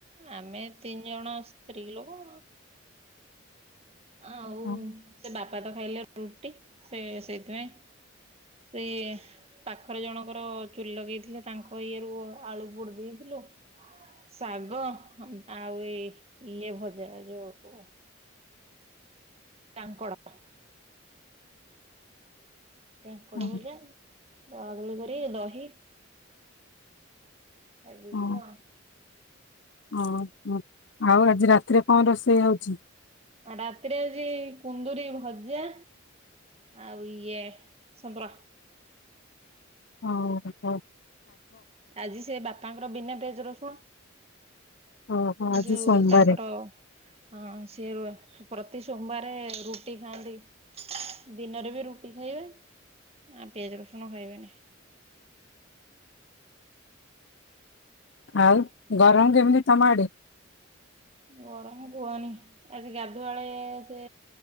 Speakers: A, on the right; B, on the left.
A: ଆମେ ତିନି ଜଣ ସ୍ତ୍ରୀ ଲୋକ ଆ ହଉ
B: ହଁ
A: ସେ ବାପା ତ ଖାଇଲେ ରୁଟି ସେ ସେଇଥିପାଇଁ ସେ ପାଖରେ ଜଣଙ୍କର ଚୁଲି ଲଗେଇଥିଲେ ତାଙ୍କ ଇଏ ରୁ ଆଳୁ ପୋଡ ଦେଇଥିଲୁ ଶାଗ ଆଉ ଏଇ ଇଏ ଭଜା ଯୋଉ କଣ କାଙ୍କଡ଼। କାଙ୍କଡ଼
B: ହଁ
A: ଭଜା ବଳାବଳି ଗୁଡ଼େ ଦହି ଆଇ ଦେଖିଲ।
B: ହଁ ହଁ ହଁ। ଆଉ ଆଜି ରାତିରେ କଣ ରୋଷେଇ ହଉ
A: ରାତିରେ ହଉଛି କୁନ୍ଦୁରି ଭଜା ଆଉ ଇଏ ସେମ୍ପେରା ।
B: ଓ ହୋ।
A: ଆଜି ସେ ବାପାଙ୍କର ବିନା ପି ରସୁଣ।
B: ଓହୋ ଆଜି
A: ଯୋଉ
B: ସୋମବାରେ
A: ତାଙ୍କର ଅ ସିଏ ରୁ ପ୍ରତି ସୋମବାରେ ରୁଟି ଖାଆନ୍ତି ଦିନରେ ବି ରୁଟି ଖାଇବେ ଆ ପିଆଜ ରସୁଣ ଖାଇବେନି।
B: ଆଉ ଗରମ କେମିତି? ତମ ଆଡ଼େ।
A: ଗରମ କୁହନି ଆଜି ଗାଧୁଆଳେ ସେ